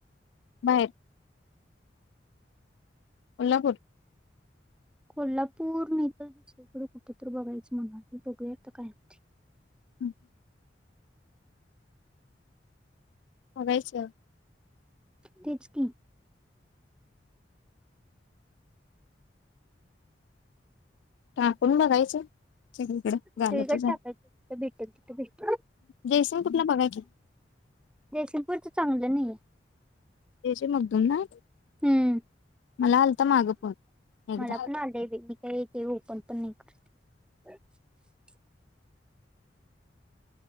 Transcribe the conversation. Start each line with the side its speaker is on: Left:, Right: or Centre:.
Left: बाहेर. कोल्हापूर....
Centre: कोल्हापूर न तर दुसरीकडे कुठेत बघायचं म्हणा मी बघूया तर काय होती.
Left: हम्. हो बघायचं...
Centre: तेच की....
Left: <unintelligible> टाकून बघायचं. सगळीकडे झालं
Centre: शकट
Left: तर झालं
Centre: टाका भेटन ति भेट न....
Left: जयसिंग कुठला बघायचं
Centre: जयसिपूरच चांगलं नाही आहे.
Left: तेश मुद्दम ना....
Centre: हम्म.
Left: मला आलता मागं फोन एकदा
Centre: मला पण आलंय मी काय य ते पण.... पण नाही करत.